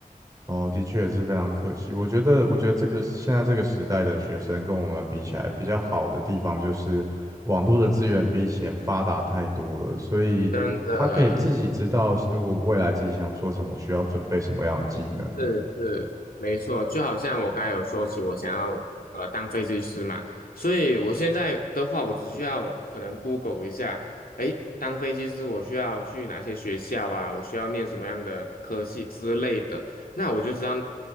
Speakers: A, on the right (about 25°); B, on the left (about 85°).
A: 哦，的确是非常可惜。我觉得，我觉得这个现在这个时代的学生跟我们比起来，比较好的地方就是网络的资源比以前发达太多了，所以他可以自己知道，
B: 真嗯的。
A: 如果未来自己想做什么，需要准备什么样的技能。
B: 是是，没错，就好像我刚才有说起，我想要呃当飞机师嘛，所以我现在的话，我只需要可能 Google 一下，诶，当飞机师我需要去哪些学校啊？我需要念什么样的科系之类的，那我就知道